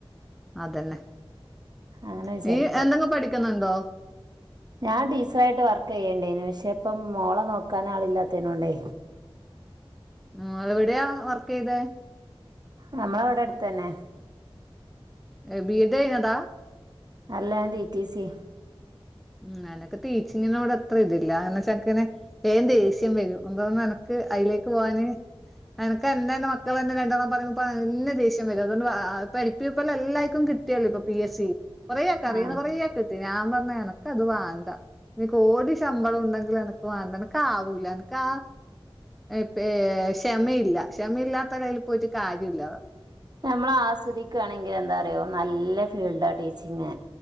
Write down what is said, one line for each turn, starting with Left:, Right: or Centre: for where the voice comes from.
Centre: അതെന്നെ
Right: അങ്ങനെ വിചാരിക്കുക
Centre: നീ എന്തെങ്കും പഠിക്കുന്നുണ്ടോ.
Right: ഞാൻ ടീച്ചറ യിട്ട് വർക്ക് ചെയ്യേണ്ടേന് പക്ഷെ ഇപ്പം മോള നോക്കാൻ ആളില്ലാത്ത നോണ്ടേ.
Centre: ഉം, എവിടെയാ വർക്ക് ചെയ്ത.
Right: നമ്മളവിടെ അടുത്ത് തന്നെ.
Centre: ഏ. ബി എഡ് കഴിഞ്ഞതാ.
Right: അല്ല ഞാൻ ടി റ്റി സി. യാ
Centre: ഉം അനക്ക് ടീച്ചിങ്ങിനോട് അത്ര ഇതില്ല അങ്ങനെ ചക്കന് വേഗം ദേഷ്യം വരും ന്താ എനക്ക് അതിലേക്ക് പോകാന്. എനിക്ക് എന്റെ തന്നെ മക്കൾ തന്നെ രണ്ടാലും പറയ്മ്പോൾ തന്നെ ദേഷ്യം വരും അതുകൊണ്ട് ആ പഠിപ്പിയെ പോലെ എല്ലാവർക്കും. കിട്ട കിട്ടി യല്ലോ ഇപ്പൊ പി എസ് സി കുറേയാക്കെ അറിയുന്ന
Right: ആഹ്
Centre: കുറേയാക്ക കിട്ടിക്ണ് ഞാൻ പറഞ് എന അത് വേണ്ടാ കോടി ശമ്പളം ഉണ്ടെങ്കിലും എനിക്ക് വേണ്ട എനിക്ക് ആവൂല എനക്ക് ആ പ്പ ഈ ക്ഷമയില്ല ക്ഷമയില്ലാത്തടയിൽ പോയിട്ട് കാര്യമില്ലോ.
Right: നമ്മളാസ്വദിക്കാണെങ്കിൽ എന്താറയോ നല്ല ഫീൽഡാ ടീച്ചിങ്.